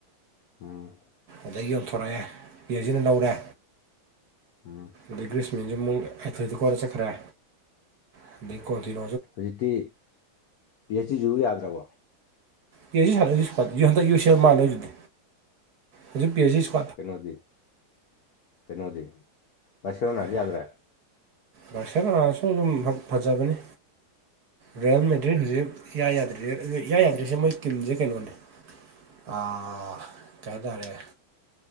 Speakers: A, on the left; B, on the right.
A: ꯎꯝ
B: ꯑꯗꯒꯤ ꯌꯣꯟꯊꯣꯔꯛꯑꯦ ꯌꯦꯁꯤꯅ ꯂꯧꯔꯦ
A: ꯎꯝ
B: ꯑꯗꯩ ꯒ꯭ꯔꯤꯁꯃꯤꯦꯟꯁꯨ ꯑꯃꯨꯛ ꯑꯥꯏꯊꯣꯏꯗ ꯀꯣꯟꯅ ꯆꯠꯈ꯭ꯔꯦ <unintelligible>
A: ꯍꯧꯖꯤꯛꯇꯤ ꯄꯤ ꯑꯩꯆ ꯇꯤꯖꯤꯕꯨ ꯌꯥꯗ꯭ꯔꯕꯣ
B: ꯀꯦꯖꯤ ꯁꯥꯠꯂꯁꯨ ꯌꯨꯟꯛ ꯌꯨ ꯁꯤ ꯑꯦꯜ ꯃꯥꯜꯂꯣꯏ ꯑꯗꯨꯗꯤ ꯍꯧꯖꯤꯛꯤ ꯑꯩꯆ ꯏꯁ꯭ꯠ
A: ꯀꯩꯅꯣꯗꯤ ꯀꯩꯅꯣꯗꯤ ꯕꯥꯔꯁꯦꯂꯣꯅꯥꯗꯤ
B: ꯑꯦ
A: ꯌꯥꯗ꯭ꯔꯦ
B: ꯔꯁꯔꯁꯨ ꯑꯗꯨꯝ ꯐꯖꯕꯅꯤ ꯔꯣꯌꯦꯜ ꯃꯦꯇ꯭ꯔꯤꯛ ꯍꯧꯖꯤꯛ ꯏ ꯌꯥꯗ꯭ꯔꯤ ꯌꯥ ꯌꯥꯗ꯭ꯔꯤꯁꯦ ꯃꯣꯏ ꯇꯤꯝꯁꯦ ꯀꯩꯅꯣꯅꯦ ꯑ ꯀꯩ ꯇꯔꯦ